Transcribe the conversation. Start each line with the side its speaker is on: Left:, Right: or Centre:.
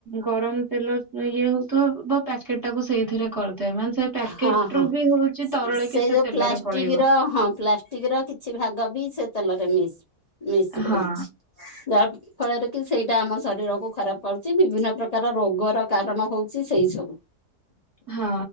Right: ଗରମ ତେଲ ଇଏ ହୋଉଥୁବ ବା ପ୍ୟାକେଟ ଟାକୁ ସେଇଥିରେ କରିଦେଏ ମାନେ ସେ ପ୍ୟାକେଟ
Left: ହଁ ହଁ
Right: ରୁ ବି ହଉଛି
Left: ସ୍
Right: ତରଳିକି
Left: ସେ ଯୋଉ
Right: ତେଲରେ
Left: ପ୍ଲାଷ୍ଟିକର
Right: ପଳେଇବ
Left: ହଁ ପ୍ଲାଷ୍ଟ ଷ୍ଟିକର କିଛି ଭାଗ ବି ସେ ତେଲରେ ମିସ୍ ମିସ୍ ହୋଉଚି
Right: ହଁ
Left: ଯା ଫଳରେ କି ସେଇଟା ଆମ ଶରୀରକୁ ଖରାପ କରୁଚି ବିଭିନ୍ନ ପ୍ରକାର ରୋଗର କାରଣ ହୋଉଚି ସେଇ ସବୁ।
Right: ହଁ।